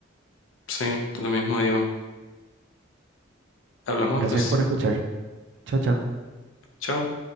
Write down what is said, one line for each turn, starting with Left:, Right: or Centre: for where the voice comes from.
Left: Sí, lo mismo digo. Hablamos
Right: Gracias
Left: después.
Right: por escuchar. Chao, chao.
Left: Chao.